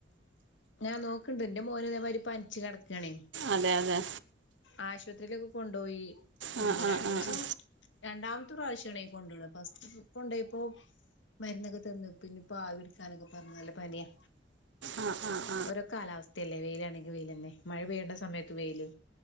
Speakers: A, on the left; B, on the right.
A: ഞാ ന്നോക്ക്ണ്ട് ന്റെ മോന് ഇതേമാരി പനിച്ചു കെട്ക്കാണേ
B: അതെ അതെ
A: ആ പത്രിയിലക്കെ കൊണ്ടോയി പിന്നെ
B: ആ ആ
A: രണ്ടൂസം
B: ആ ആ
A: രണ്ടാം ത്തുപ്രാശ്യാണെ കൊണ്ടോണെ ഫസ്റ്റ് കൊ കൊണ്ടോയപ്പൊ. മരുന്നൊക്കെ തന്നു പിന്നെ പ്പാവിട്ക്കാനൊക്കെ പറഞ്ഞു നല്ല പന്യാ.
B: ആ ആ.
A: ഓരോ കാലാവസ്ഥയല്ലേ വെയിലാണെങ്കിൽ വെയിൽ ന്നെ മഴ പെയ്യേണ്ട സമയത്ത് വെയില്.